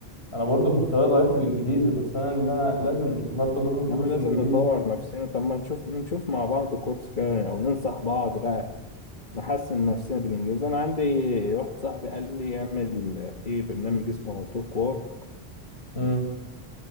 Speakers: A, on the left; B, on the left.
A: انا برضك مستواي ضعيف في الانجليزي بس انا اللي انا لازم برضك اخد كورس
B: يا عم لازم
A: انجليزي
B: نطور نفسنا طب ما نشوف نشوف مع بعض كورس كده او ننصح بعض بقى نحسن نفسنا بالانجليزي انا عندي واحد صاحبي قال لي اعمل في برنامج اسمه توك وور
A: امم